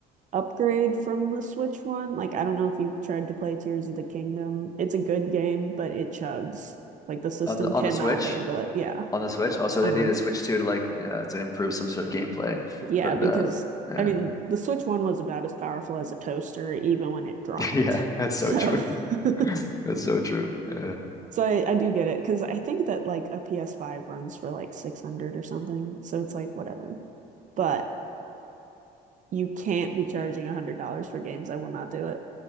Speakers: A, on the right (about 45°); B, on the left (about 20°).
A: upgrade from the Switch one. Like, I don't know if you've tried to play Tears of the Kingdom. It's a good game, but it chugs. Like, the system
B: on the on
A: cannot
B: the Switch
A: handle it. Yeah.
B: on the Switch. Also,
A: Uh-huh.
B: they needed Switch too to like you know to improve some sort of gameplay
A: Yeah,
B: for that.
A: because
B: Yeah,
A: I mean, the Switch one was about as powerful as a toaster, even when it dropped.
B: <laughs> yeah. That's
A: So,
B: so true.
A: <laughs>
B: <laughs> That's so true. Yeah,
A: so I, I do get it because I think that like a PS5 runs for like 600 or something. So it's like, whatever. But you can't be charging $100 for games. I will not do it.